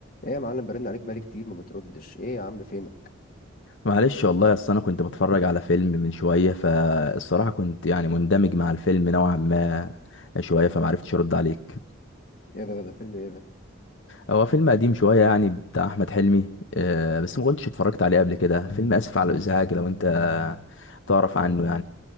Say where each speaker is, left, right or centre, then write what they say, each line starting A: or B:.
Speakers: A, on the left (about 45°); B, on the left (about 65°).
A: ايه يا معلم برن عليك بقالي كتير ما بتردش ايه يا عم فينك
B: معلش والله اصل انا كنت بتفرج على فيلم من شويه فالصراحه كنت يعني مندمج مع الفيلم نوعا ما شويه فمعرفتش ارد عليك
A: ايه ده ده, ده فيلم ايه ده
B: هو فيلم قديم شويه يعني بتاع احمد حلمي آه، بس ما كنتش اتفرجت عليه قبل كده فيلم اسف على الازعاج لو انت تعرف عنه يعني